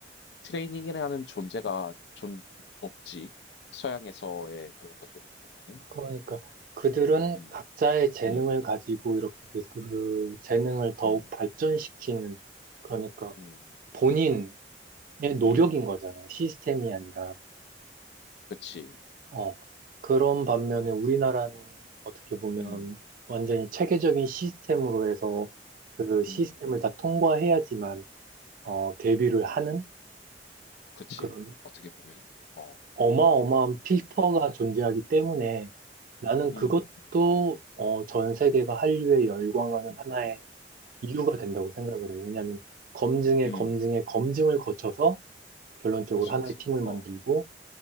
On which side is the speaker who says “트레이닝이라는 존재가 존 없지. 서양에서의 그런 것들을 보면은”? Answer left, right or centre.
Left